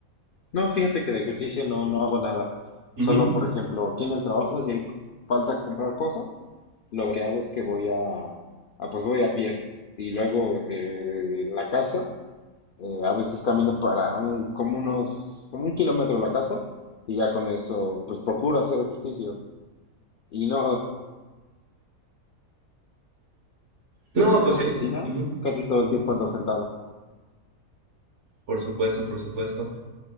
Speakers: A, on the left (about 85°); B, on the right (about 55°).
A: No, fíjate que de ejercicio no, no hago nada. Solo,
B: Ujú.
A: por ejemplo, aquí en el trabajo, si hay falta comprar cosas, lo que hago es que voy a, a, pues voy a pie. Y luego eh, en la casa Eh, a veces camino para un, como unos, como un kilómetro a la casa y ya con eso, pues procuro hacer ejercicio. Y no
B: No,
A: eh, de
B: pues
A: oficina,
B: sí. ujú,
A: casi todo
B: ujú.
A: el tiempo ando sentado.
B: Por supuesto, por supuesto.